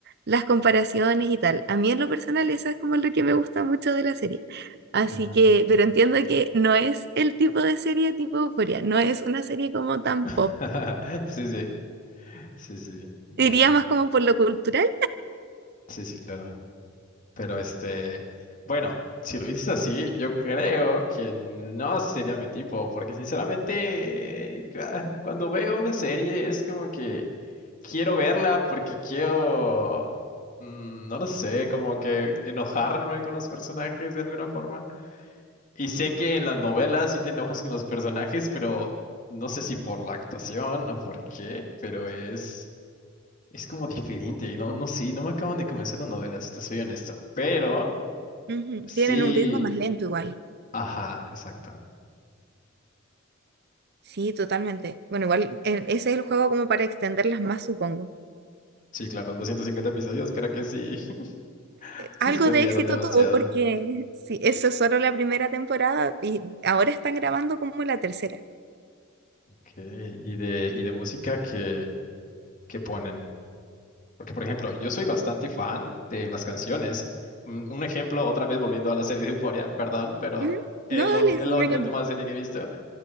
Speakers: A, on the right (about 50°); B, on the left (about 40°).
A: las comparaciones y tal. A mí en lo personal, eso es como lo que me gusta mucho de la serie. Así
B: Ajá.
A: que, pero entiendo que no es el tipo de serie tipo Euphoria, no es una serie como tan
B: <laughs>
A: pop.
B: Sí, sí, sí, sí, entiendo.
A: Diría más como por lo cultural.
B: Sí, sí, claro. Pero este, bueno, si lo dices así, yo creo que no sería mi tipo, porque sinceramente, ah, cuando veo una serie es como que quiero verla porque quiero, mm, no lo sé, como que enojarme con los personajes de alguna forma. Y sé que en las novelas sí te enojas con los personajes, pero no sé si por la actuación o por qué, pero es... Es como diferente, no, no, sí, no me acaban de convencer las novelas, si te soy honesto. Pero
A: Ujú,
B: Sí,
A: Tienen un ritmo más lento igual.
B: ajá, exacto.
A: Sí, totalmente. Bueno, igual eh, ese es el juego como para extenderlas más, supongo.
B: Sí, claro, 250 episodios, creo que sí, <laughs> se
A: Algo
B: extendieron
A: de éxito
B: demasiado.
A: tuvo porque sí, eso es solo la primera temporada y ahora están grabando como la tercera.
B: Ok, y de, y de música que, que ponen. Porque, por ejemplo, yo soy bastante fan de las canciones. Mm, Un ejemplo, otra vez volviendo a la serie de Euphoria, perdón, pero
A: Ujú.
B: es
A: No,
B: la,
A: dale,
B: ulti- es
A: sí,
B: la,
A: me
B: la
A: encanta.
B: última serie que he visto.